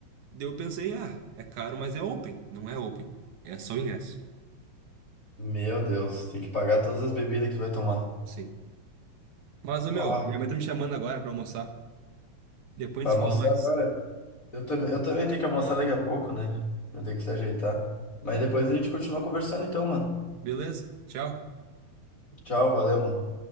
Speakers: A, on the right; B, on the left.
A: Daí eu pensei, ah, é caro, mas é open. Não é open. É só o ingresso.
B: Meu Deus, tem que pagar todas as bebidas que tu vai tomar.
A: Sim. Mas, ô, meu,
B: Ó,
A: minha mãe tá me chamando agora pra almoçar. Depois
B: vai
A: a gente
B: almoçar
A: se fala mais.
B: agora? Eu também, eu também tenho que almoçar daqui a pouco, né? Vou ter que se ajeitar. Mas depois a gente continua conversando então, mano.
A: Beleza? Tchau.
B: Tchau, valeu, mano.